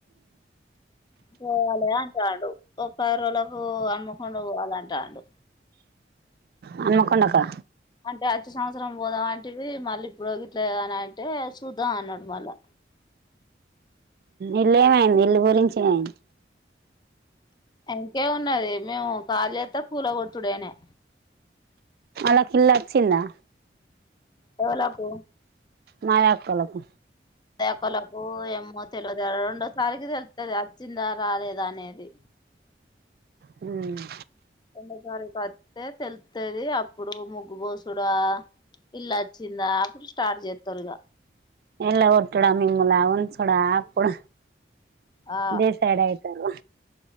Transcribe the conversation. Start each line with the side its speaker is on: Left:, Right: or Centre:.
Left: పోవాలే అంటాండు ఒక పది రోజులకు హనమకొండా పోవాలంటాడు
Right: హనుమకొండ కా
Left: అంటే అచ్చే సంవత్సరం పోదాం వంటివి మళ్ళీ ఇప్పుడు గిట్లగానే అంటే చూద్దాం అన్నాడు మళ్ళా
Right: ఇల్లేమైంది ఇల్లు గురించేమైంది
Left: ఇంకేమున్నది మేము కాళీ చేత్తే కూల కొట్టుడేనై
Right: వాలాకిల్లోచ్చిందా
Left: ఎవలకు
Right: మాయా కు కలుపు
Left: ఒకలకు ఏమో తెలవదు రెండోసారికి తెలుత్తది వచ్చిందా రాలేదా అనేది
Right: హ్మ్
Left: రెండో తారీఖు వత్తే తెలుత్తది అప్పుడు ముగ్గుపోసుడా ఇల్లా వచ్చిందా అప్పుడు స్టార్ట్ చేస్తారు ఇక
Right: ఎలా ఒట్టడా మమ్ములా ఒందసోడా ఆకుడ
Left: ఆ
Right: డిసైడ్ అయితారు